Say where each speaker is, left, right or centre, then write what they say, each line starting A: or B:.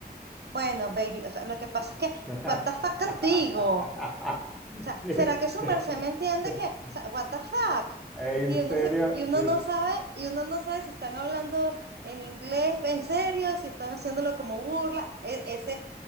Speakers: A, on the right (about 80°); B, in the centre.
A: bueno, baby, o sea, lo que pasa es que,
B: <laughs>
A: what the fuck contigo. O sea,
B: Sí.
A: ¿será que su
B: <laughs>
A: merced me entiende que, o sea, what the fuck?
B: En
A: Y uno,
B: serio,
A: se- y uno
B: eh,
A: no sabe, y uno no sabe si están hablando en inglés, en serio, si están haciéndolo como burla, e- ese.